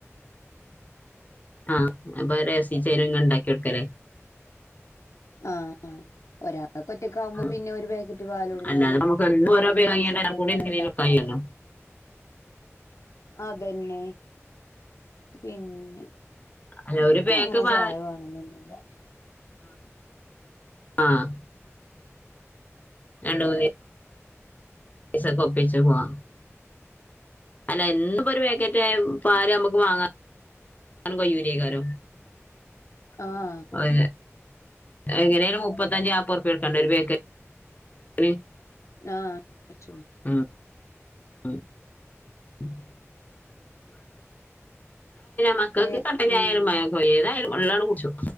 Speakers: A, on the left; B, on the left.
A: ആഹ് അപ്പൊ രസിച്ചേന ങ്ങ ണ്ടാക്കി കൊടുക്കല്ലേ.
B: ആഹ് ആ ഒരാ ഇങ്ങക്കൊറ്റകാവുമ്പോ
A: ആ,
B: പിന്നെ ഒരു പേക്കറ്റ് പാല്‌ കൊട്‌ന്നാലും
A: അല്ലാതെ നമുക്ക് എന്നും
B: രണ്ട്
A: ഓരോ പേക്ക്
B: മൂന്നീസൊക്കെങ്ങനെ
A: വാങ്ങിയാൽ കൂടി
B: ഇണ്ടാകാ
A: കഴിയല്ലോ
B: ലോ. അതെന്നെ പിന്നെ?
A: അല്ല
B: ഇക്കങ്ങനെ
A: ഒരു പേക്ക് പാ
B: ചായ വേണന്നൊന്നുല്ല്യ.
A: ആഹ്. രണ്ട്മൂന്നി പൈസൊകൊപ്പിച്ച് പോവാ. അല്ല എന്നുംപ്പം ഒരു പേക്കറ്റ് പാല് അമ്മക്ക് വാങ്ങാനും കയൂലയ്ക്കാരം.
B: ആഹ്.
A: <unintelligible> എങ്ങനേലും മുപ്പത്തഞ്ച് ന്നാബൊർ ബ്യ കൊട്കണ്ടേ ഒരു ബേ <unintelligible>
B: ആഹ് <inaudible>
A: <inaudible> <unintelligible> മക്കക്ക്
B: ഏഹ്
A: കട്ടൻ ചായയാലും
B: ഉം
A: <unintelligible> ഏതായാലും വള്ളാണ്ട് കുട്ച്ചും.